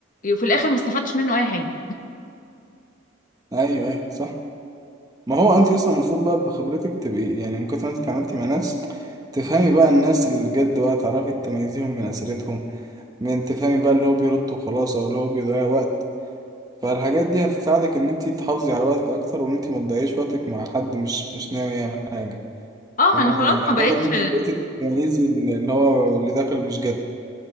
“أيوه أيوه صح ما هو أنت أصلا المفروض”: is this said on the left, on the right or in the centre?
Right